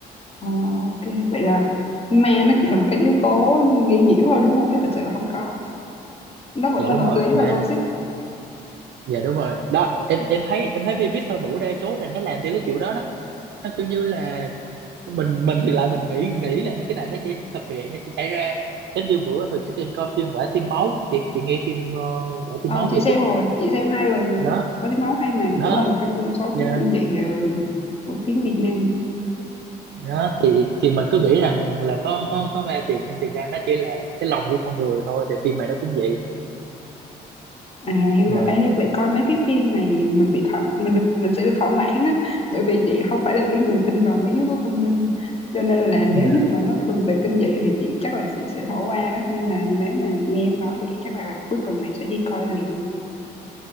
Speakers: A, on the left; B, on the right.
A: ờ, ok vậy là ma nó chỉ là một cái yếu tố gây nhiễu thôi đúng không chứ thực sự là không có nó vẫn
B: dạ
A: là
B: đúng
A: hợp
B: rồi
A: lý và
B: ma
A: logic
B: dạ đúng rồi đó em em thấy em thấy phim Victor Vũ đa số là nó làm theo cái kiểu đó đó nó kiểu như là mình mình thì lại mình nghĩ nghĩ là cái này nó sẽ thực hiện nó sẽ xảy ra giống như bữa hồi trước em coi phim Quả Tim Máu chị chị nghe phim ờ, Quả Tim
A: Ờ,
B: Máu
A: chị
B: giờ
A: xem
B: chưa
A: rồi, chị xem hai lần rồi
B: đó
A: đó. Có tiếng máu hay mà,
B: đó
A: cũng là một trong số
B: dạ
A: phim kinh dị ờ, của tiếng Việt Nam.
B: đó thì thì mình cứ nghĩ rằng là có có có ma thiệt nhưng thiệt ra nó chỉ là cái lòng của con người thôi thì phim này nó cũng vậy
A: À hiểu
B: dạ
A: rồi. Ê, vậy coi mấy cái phim này mình bị thỏa, mình được mình sẽ được thỏa mãn á, bởi vì chị không phải là cái người tin vào mấy yếu tố tâm linh. Cho nên là nếu
B: dạ
A: như mà nó thường về kinh dị thì chị chắc là chị sẽ bỏ qua á, nhưng mà nếu mà nghe em nói vậy chắc là cuối tuần này sẽ đi coi liền luôn.